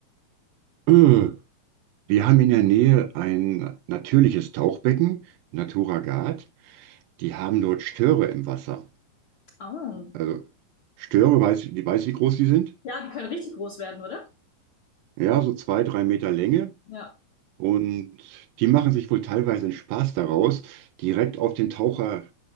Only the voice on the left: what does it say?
Oh.
Ja, die können richtig groß werden, oder?
Ja.